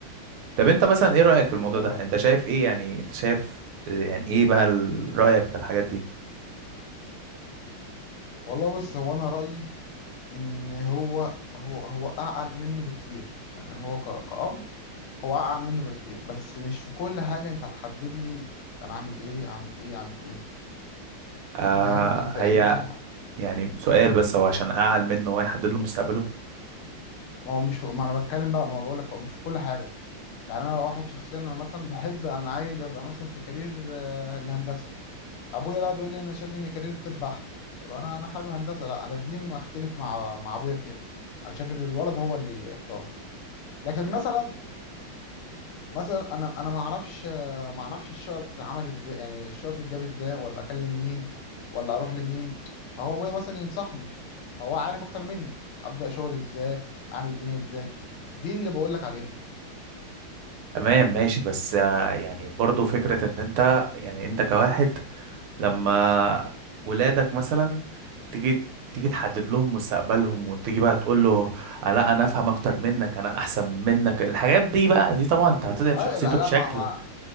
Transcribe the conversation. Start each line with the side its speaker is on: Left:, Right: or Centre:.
Right: طب انت مثلا ايه رأيك في الموضوع
Left: اللي هو
Right: ده انت شايف ايه يعني انت شايف يعني ايه بقى ال- رأيك في الحاجات دي
Left: والله بص هو انا رأيي ان هو هو هو اعقل منه بكتير يعني هو ك- كأب هو اعقل منه بكتير بس مش في كل حاجة انت هتحدد لي انا عامل ايه عامل ايه عامل ايه
Right: آه
Left: انت فاهم انت
Right: هي
Left: انت في ح-
Right: يعني سؤال بس هو عشان اعقل منه ويحدد له مستقبله
Left: ما هو مش في... ما انا بتكلم بقى ما بقول لك هو مش في كل حاجة يعني انا واحد شخصيا انا مثلا بحب انا عايز ابقى مثلا في كارير آه، الهندسة ابويا لا بيقول لي انا شايف ان كارير الطب احلى طب انا انا حابب هندسة لا انا في دي ما اختلف مع مع ابويا فيها انا شايف ان الولد هو اللي اختار لكن مثلا مثلا انا انا ما اعرفش ما اعرفش الشقه بتتعمل ازاي يعني الشقه بتتجاب ازاي ولا اكلم مين ولا اروح لمين فهو ابويا مثلا ينصحني فهو عارف اكتر مني ابدا شغل ازاي اعمل الدنيا ازاي دي اللي بقول لك عليها
Right: تمام ماشي بس آه يعني برضه فكرة ان انت يعني انت كواحد لما ولادك مثلا تيجي تيجي تحدد لهم مستقبلهم وتيجي بقى تقول له آه لا انا افهم اكتر منك انا احسن منك الحاجات دي بقى دي طبعا انت هتضعف
Left: اي
Right: شخصيته
Left: لا لا
Right: بشكل
Left: ما, ما